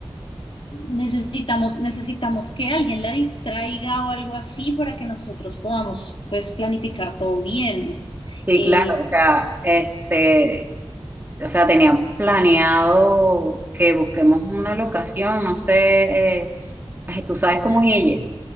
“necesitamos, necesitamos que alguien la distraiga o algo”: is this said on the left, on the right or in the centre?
Left